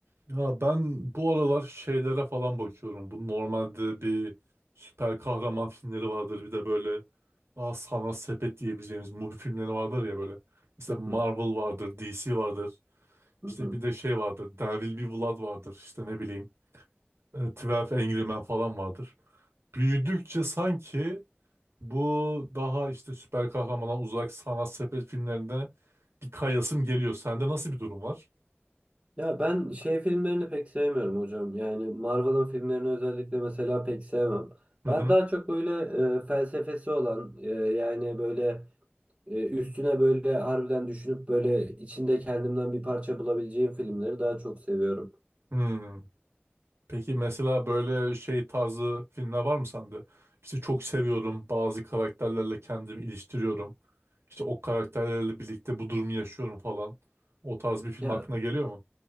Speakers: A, on the right; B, on the right.
A: Ya ben bu aralar şeylere falan bakıyorum. Bu normalde bir süper kahraman filmleri vardır. Bir de böyle daha sanat sepet diyebileceğimiz Mubi filmleri vardır ya böyle. Mesela
B: Hı hı,
A: Marvel vardır, DC vardır.
B: hı
A: İşte
B: hı.
A: bir de şey vardır. There Will Be Blood vardır. İşte ne bileyim. e, 12 Angry Men falan vardır. Büyüdükçe sanki bu daha işte süper kahramana uzak sanat sepet filmlerinde bir kayasım geliyor. Sende nasıl bir durum var?
B: Ya ben şey filmlerini pek sevmiyorum hocam. Yani Marvel'ın filmlerini özellikle mesela pek sevmem.
A: Hı
B: Ben
A: hı.
B: daha çok böyle e, felsefesi olan e, yani böyle e, üstüne böyle harbiden düşünüp böyle içinde kendimden bir parça bulabileceğim filmleri daha çok seviyorum.
A: Hmm. Peki mesela böyle şey tarzı filmler var mı sende? İşte çok seviyorum bazı karakterlerle kendimi iliştiriyorum. İşte o karakterlerle birlikte bu durumu yaşıyorum falan. O tarz bir film
B: Ya
A: aklına geliyor mu?